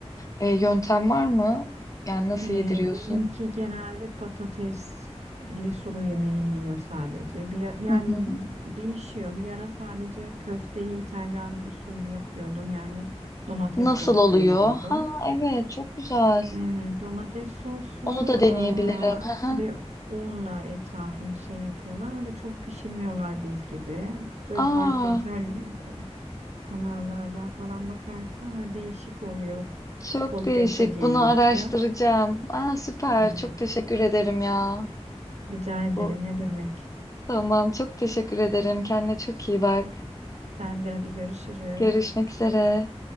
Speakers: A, on the left; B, on the right.
A: e, yöntem var mı? Yani nasıl
B: Eee,
A: yediriyorsun?
B: benimki genelde patatesli sulu yemeğini yiyor sadece. Bir, a- yani
A: Hı hı.
B: değişiyor. Bir ara sadece köfteyi İtalyan usulü yapıyordum. Yani domates
A: Nasıl
B: sosla
A: oluyor?
B: yiyordu.
A: Ha evet çok güzel.
B: E, domates soslu
A: Onu da deneyebilirim. Hı
B: e,
A: hı.
B: ve unla etrafını şey yapıyorlar. Öyle çok pişirmiyorlar biz gibi. Böyle farklı
A: Aa
B: İtalyan kanallardan falan bakarsan öyle değişik oluyor.
A: çok
B: Polpette
A: değişik.
B: diye
A: Bunu
B: geçiyor.
A: araştıracağım. Aa süper.
B: Evet.
A: Çok teşekkür ederim ya.
B: Rica ederim.
A: Bu
B: Ne demek?
A: tamam çok teşekkür ederim. Kendine çok iyi bak.
B: Sen de hadi görüşürüz.
A: Görüşmek üzere.